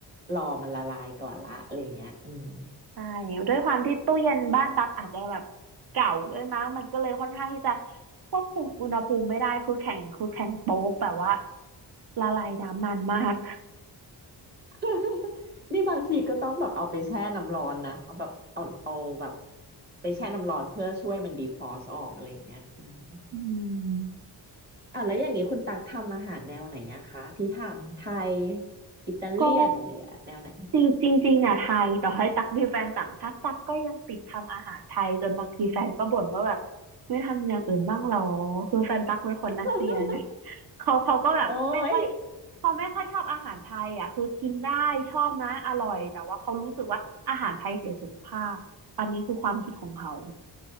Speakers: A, on the right; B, on the right.
A: รอมันละลายก่อนละอะไรเงี้ยอืม
B: ใช่ด้วยความที่ตู้เย็นบ้านตั๊กอาจจะแบบเก่าด้วยมั้งมันก็เลยค่อนข้างที่จะควบคุมอุณหภูมิไม่ได้คือแข็งคือแข็งโป๊กแบบว่าละลายน้ำนานมาก
A: <laughs> นี่บางทีก็ต้องแบบเอาไปแช่น้ำร้อนนะเอาแบบเอาเอาแบบไปแช่น้ำร้อนเพื่อช่วยมันดีฟรอสต์ออกอะไรเงี้ยอืม
B: อืม
A: อ่ะแล้วอย่างนี้คุณตักทำอาหารแนวไหนอะคะที่ทำไทยอิตาเลียนหรือแนวไหน
B: ก็จริงจริงจริงอ่ะไทยต่อให้ตักมีแฟนต่างชาติตักก็ยังติดทำอาหารไทยจนบางทีแฟนก็บ่นว่าแบบไม่ทำอย่างอื่นบ้างหรอคือแฟนตักเป็นคนรัสเซียไง
A: <laughs>
B: เขาเขาก็แบบไม่ค่อย
A: โอ้ย
B: เขาไม่ค่อยชอบอาหารไทยอะคือกินได้ชอบนะอร่อยแต่ว่าเขารู้สึกว่าอาหารไทยเสียสุขภาพอันนี้คือความคิดของเขา